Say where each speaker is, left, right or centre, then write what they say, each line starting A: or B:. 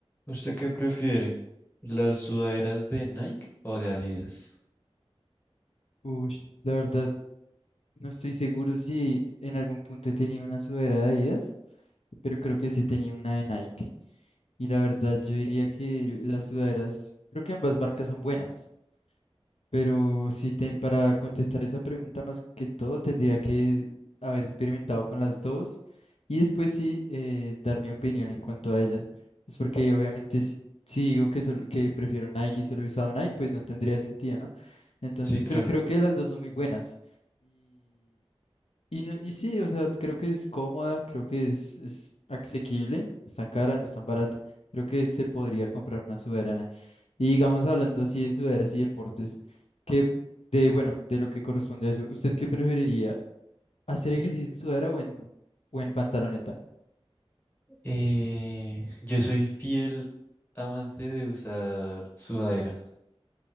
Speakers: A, on the left; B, on the left.
A: ¿Usted qué prefiere? ¿Las sudaderas de Nike o de Adidas?
B: Uy, la verdad, no estoy seguro si en algún punto tenía una sudadera de Adidas, pero creo que sí tenía una de Nike. Y la verdad, yo diría que las sudaderas, creo que ambas marcas son buenas. Pero sí, te- para contestar esa pregunta, más que todo, tendría que haber experimentado con las dos y después sí eh, dar mi opinión en cuanto a ellas. Es porque obviamente si, si digo que, solo, que prefiero Nike y solo he usado Nike, pues no tendría sentido, ¿no? Entonces,
A: Sí, claro.
B: pero creo que las dos son muy buenas y, no- y sí, o sea, creo que es cómoda, creo que es, es asequible, no es tan cara, no es tan barata. Creo que se podría comprar una sudadera. Y digamos, hablando así de sudaderas y deportes, que de, bueno, de lo que corresponde a eso, ¿usted qué preferiría? ¿Hacer ejercicio en sudadera o en, o en pantaloneta?
A: Eh, yo soy fiel amante de usar sudadera.